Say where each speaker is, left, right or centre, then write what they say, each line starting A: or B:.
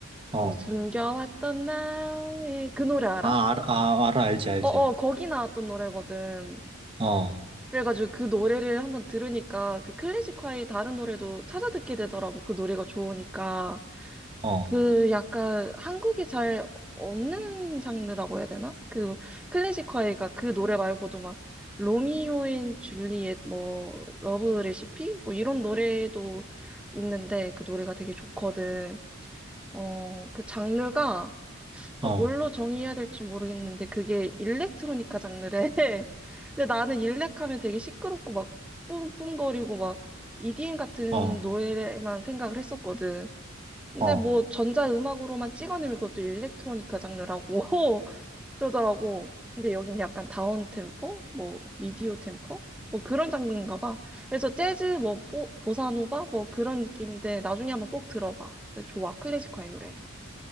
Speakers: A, on the right (about 25°); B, in the centre.
A: 어.
B: 뭐, 숨겨왔던 나의, 그 노래 알아?
A: 아, 알, 아, 알아, 알지, 알지.
B: 어어, 거기 나왔던 노래거든.
A: 어, 어,
B: 그래가지고 그 노래를 한번 들으니까, 그 클래식화의 다른 노래도 찾아 듣게 되더라고, 그 노래가 좋으니까.
A: 어,
B: 그 약간 한국에 잘 없는 장르라고 해야 되나? 그 클래식 화해가 그 노래 말고도 막 로미오 앤 줄리엣 뭐 러브 레시피 뭐 이런 노래도 있는데 그 노래가 되게 좋거든. 어, 그 장르가 아,
A: 어,
B: 뭘로 정의해야 될지 모르겠는데 그게 일렉트로니카 장르래. <laughs> 근데 나는 일렉하면 되게 시끄럽고 막 뿜뿜거리고 막 EDM 같은
A: 어,
B: 노래만 생각을 했었거든. 근데
A: 어, 어.
B: 뭐 전자음악으로만 찍어내면 그것도 일렉트로니카 장르라고 <laughs> 그러더라고. 근데 여긴 약간 다운템포? 뭐 미디어 템포? 뭐 그런 장르인가 봐. 그래서 재즈, 뭐 보, 보사노바? 뭐 그런 느낌인데 나중에 한번 꼭 들어봐. 근데 좋아. 클래식화의 노래.